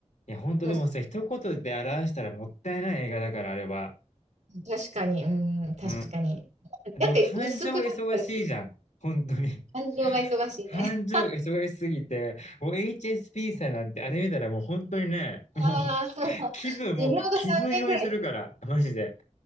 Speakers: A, on the left; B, on the right.
A: や、本当でもさ、
B: もう、
A: 一言で表したらもったいない映画だから、あれは。
B: 確かに、うん、確かに。
A: うん。でも感情が忙しいじゃん。
B: なんか薄くなってる
A: 本当に。
B: 感情が忙しいね。
A: <laughs> 感情が忙しすぎて、もう HSP さんなんてあれ見たらもう本当にね、もう
B: ああ、<laughs>
A: 気分、
B: 寿命が3年ぐらい。
A: もう気分酔いするから、マジで。